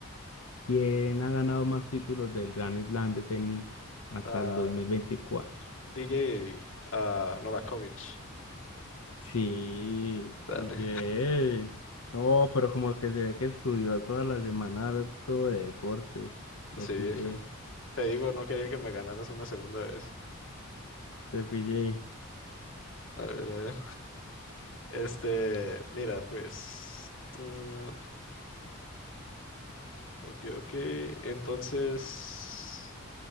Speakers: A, on the left; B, on the left.
A: ¿Quién ha ganado más títulos del Grand Slam de tenis hasta
B: Ah,
A: el dos mil veinticuatro?
B: DJ ah, Novakovic.
A: Sí,
B: Dale.
A: muy bien. No, pero como que se ve que estudió toda la semana todo de deporte. Lo
B: Sí,
A: pillé.
B: viejo. Te digo, no quería que me ganaras una segunda vez.
A: De PJ.
B: A ver, a ver. Este, mira, pues. mm, Ok, ok. Entonces,